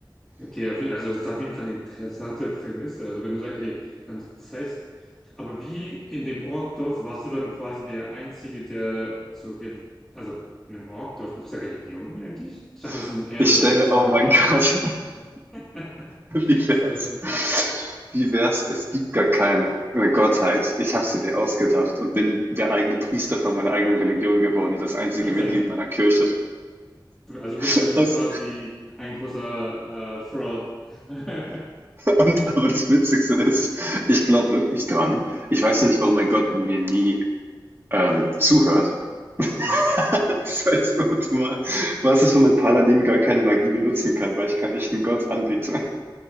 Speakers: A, in the centre; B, on the right.
A: Okay, auf jeden- also das ist auf jeden Fall eine interessante Prämisse. Also wenn du sagst, okay, dann das heißt, aber wie in dem Orkdorf warst du dann quasi der Einzige, der zur Religion, also in einem Orkdorf gibt es da Religionen eigentlich? Ich dachte, das
B: <laughs>
A: sind eher
B: ich
A: so in
B: stelle
A: Richtung
B: mir, oh
A: Barbaren.
B: mein Gott,
A: <laughs>
B: <laughs> Wie
A: So,
B: wär's?
A: das sind,
B: Wie wär's? Es gibt gar keine Gottheit. Ich habe sie mir ausgedacht und bin der eigene Priester von meiner eigenen Religion geworden, das einzige
A: das
B: Mitglied
A: sind-
B: meiner Kirche.
A: also bist
B: <laughs>
A: du so
B: Das,
A: quasi ein großer äh, Fraud. <laughs>
B: und, aber das Witzigste ist, ich glaube wirklich dran. Ich weiß noch nicht, warum mein Gott mir nie ähm, zuhört.
A: Mhm.
B: <laughs> Das heißt, warte mal, was ist, wenn mein Paladin gar keine Magie benutzen kann, weil ich keinen echten Gott anbiete?